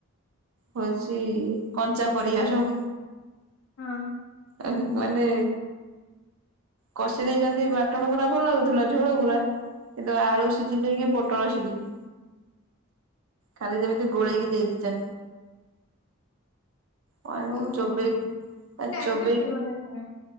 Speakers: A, on the right (about 80°); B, on the left (about 85°).
A: ହଉଚି ଇ କଞ୍ଚା ପରିବା ସବୁ।
B: ହଁ।
A: ଏନ୍ ମାନେ କଷି ଦେଇଚନ୍ତି ବାଟଣ ଗୁରାକ, ଭଲ ଲାଗୁଥିଲା ଝୋଳ ଗୁରା। ଏ ତ ଆଳୁ ସିଜିନି କି ପଟଳ ସିଜିନି। ଖାଲି ଯେମିତି ଗୋଳେଇକି ଦେଇ ଦେଇଚନ୍ତି। ମୁ
B: ଓହୋ
A: ତ ଚୋବେଇ
B: ସେ
A: ଆ
B: ଟାଇମରେ
A: ଚୋବେଇ
B: ସେଇଭଳିଆ ଖାଇବା